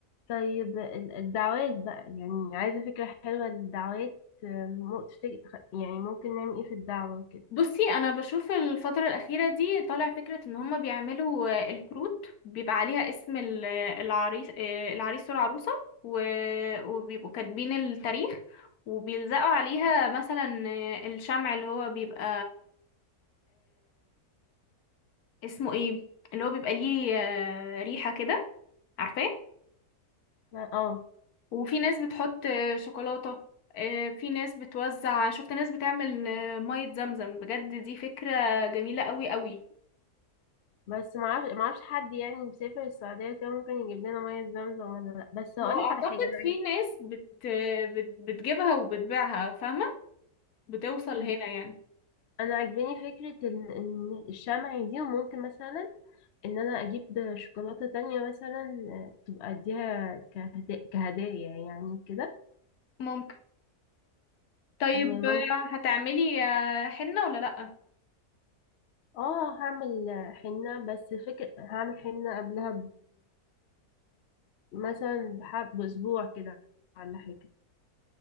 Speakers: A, on the left (about 60°); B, on the left (about 75°).
A: طيب ال- الدعوات بقى يعني عايزة فكرة حلوة للدعوات آم، مو- تفتكر تخ- يعني ممكن نعمل ايه في الدعوة كده
B: بصي انا بشوف الفتره الاخيره دي طالع فكره ان هما بيعملوا آه، الكروت بيبقى عليها اسم ال- آه، العريس آه، العريس والعروسه و... وبيبقوا كاتبين التاريخ وبيلزقوا عليها مثلا آه، الشمع اللي هو بيبقى اسمه ايه اللي هو بيبقى ليه آه، ريحة كده عارفاه
A: اه
B: وفي ناس بتحط آه، شوكولاتة آه، في ناس بتوزع شفت ناس بتعمل آه، مية زمزم بجد دي فكرة جميلة قوي قوي
A: بس معرفش معرفش حد يعني مسافر السعودية كده ممكن يجيب لنا مية زمزم ولا لأ بس هقولك
B: هو اعتقد
A: على حاجة أنا عاجب-
B: في ناس بت... آه، بت... بتجيبها وبتبيعها فاهمة بتوصل
A: م،
B: هنا يعني
A: أنا عاجباني فكرة ال- إن الشمع دي وممكن مثلا إن أنا أجيب شوكولاتة تانية مثلا آه، تبقى أديها كهدا- كهدايا يعني كده
B: ممكن طيب
A: وممكن
B: آه، هتعملي آه، حنة ولا لأ
A: اه هعمل حنة بس فكرة هعمل حنة قبلها مثلا بحب بأسبوع كده ولا حاجة